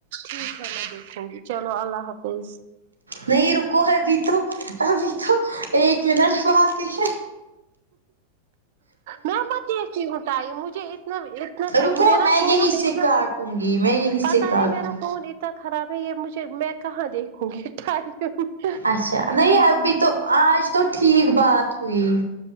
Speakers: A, on the right; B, on the right.
A: ٹھیک ہے میں دیکھوں گی چلو اللہ حافظ
B: نہیں رکو ابھی تو ابھی تو ایک منٹ باقی ہے
A: میں مت یہ چ اٹائی مجھے اتنا اتنا
B: رکو
A: میرا
B: میں
A: فون
B: یہی سے
A: اتنا
B: کاٹوں گی میں یہی سے
A: پتا
B: کاٹوں
A: ہے میرا
B: گی
A: فون کتنا خراب ہے یہ مجھے میں کہاں دیکھوں گی ٹائم پہ
B: اچھا نہیں ابھی تو آج تو ٹھیک بات ہوئی